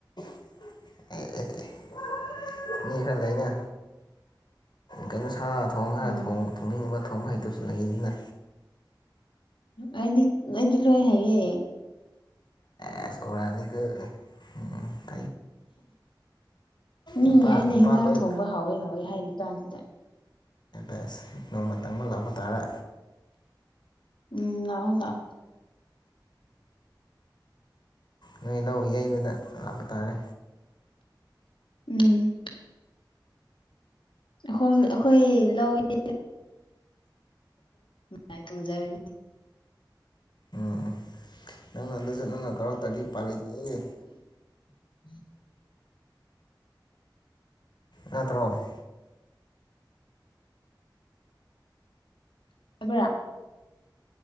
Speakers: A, on the left; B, on the left.
A: ꯑꯦ <unintelligible> ꯃꯤ ꯈꯔ ꯂꯩꯅ ꯀꯩꯅꯣ ꯁꯥ ꯊꯣꯡ
B: ꯎꯝ
A: ꯈꯔ ꯊꯣꯡꯅꯤꯡꯉꯤꯕ ꯊꯣꯡ ꯍꯩꯇꯁꯨ ꯂꯩꯅꯤꯅ
B: ꯑꯩꯗꯤ ꯑꯩꯗꯤ ꯂꯣꯏ ꯍꯥꯏꯌꯦ
A: <unintelligible>
B: ꯃꯤ
A: ꯅꯨꯄꯥ
B: ꯑꯩꯅ
A: ꯅꯨꯄꯥ
B: ꯍꯦꯟꯖꯥꯡ
A: ꯂꯣꯏ
B: ꯊꯣꯡꯕ ꯍꯥꯎꯋꯤ ꯍꯥꯎꯋꯤ ꯍꯥꯏꯔꯤ ꯀꯥꯟꯁꯤꯗ
A: ꯑꯁ ꯅꯣꯡꯃ ꯇꯪꯕ ꯂꯥꯛꯄ ꯇꯥꯔꯦ
B: ꯎꯝ ꯂꯥꯛꯑꯣ ꯂꯥꯛꯑꯣ
A: ꯅꯣꯏ ꯂꯧ ꯌꯩꯕꯗ ꯂꯥꯞꯄ ꯇꯥꯔꯦ
B: ꯎꯝ ꯑꯈꯣꯏ ꯑꯈꯣꯏ ꯂꯧ ꯌꯩ ꯃꯥꯏ ꯇꯨꯡꯖꯔꯅꯤ
A: ꯎꯝ ꯎꯝ ꯅꯪꯅ ꯑꯗꯨꯁꯨ ꯅꯪꯅ ꯀꯔꯛꯇ꯭ꯔꯗꯤ ꯎꯄꯥꯏ ꯂꯩꯇꯤꯍꯦ
B: <inaudible>
A: ꯅꯠꯇ꯭ꯔꯣ
B: <unintelligible>